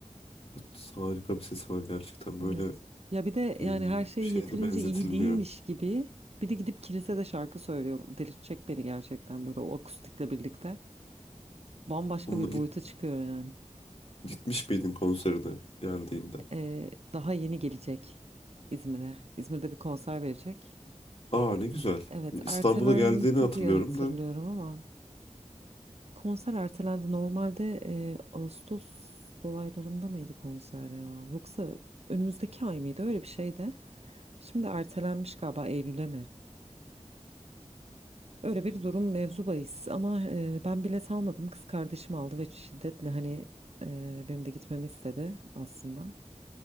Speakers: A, on the left; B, on the right.
A: Evet, Harika bir sesi var gerçekten.
B: Evet.
A: Böyle
B: Ya bir de
A: e,
B: yani her şey
A: bir şeye
B: yeterince
A: de benzetilmiyor.
B: iyi değilmiş gibi bir de gidip kilisede şarkı söylüyor. Delirtecek beni gerçekten böyle o akustikle birlikte. Bambaşka
A: Onunla
B: bir
A: git,
B: boyuta çıkıyor yani.
A: gitmiş miydin konserine geldiğinde?
B: Ee, daha yeni gelecek İzmir'e. İzmir'de bir konser verecek.
A: Aa ne güzel.
B: Evet,
A: İstanbul'a
B: ertelendi
A: geldiğini hatırlıyorum
B: diye hatırlıyorum
A: da
B: ama konser ertelendi. Normalde e, Ağustos dolaylarında mıydı konser ya? Yoksa önümüzdeki ay mıydı? Öyle bir şeydi. Şimdi ertelenmiş galiba Eylül'e mi? Öyle bir durum mevzu bahis ama e, ben bilet almadım kız kardeşim aldı ve şiddetle hani e, benim de gitmemi istedi aslında.